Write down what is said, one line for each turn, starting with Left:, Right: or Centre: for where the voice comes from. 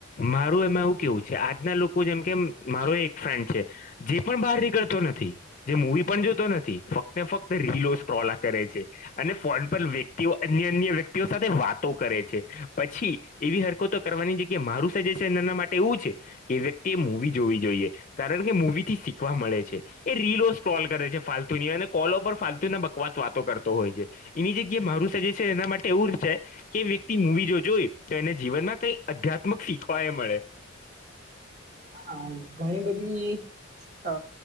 Left: મારું એમાં એવું કેવું છે આજના લોકો જેમ કે મારો એક ફ્રેન્ડ છે. જે પણ બહાર નીકળતો નથી જે મૂવી પણ જોતો નથી ફક્તને ફક્ત રીલો સ્ટ્રોલા કરે છે. અને ફોન પણ વ્યક્તિઓ અન્ય અન્ય વ્યક્તિઓ સાથે વાતો કરે છે પછી એવી હરકતો કરવાની જે કે મારું સજેશન એના માટે એવું છે કે વ્યક્તિ એ મુવી જોવી જોઈએ કારણ કે મૂવી થી શીખવા મળે છે. એ રીલો સ્ક્રોલ કરે છે ફાલતુ ની અને કોલ પર ફાલતુને બકવાસ વાતો કરતો હોય છે. એની જગ્યા મારું સજેશન એના માટે એવું છે કે વ્યક્તિ મુવી જો જોઈ તો એને જીવનમાં કઈ અધ્યાત્મક શીખવા એ મળે.
Right: હ ઘણી બધી અ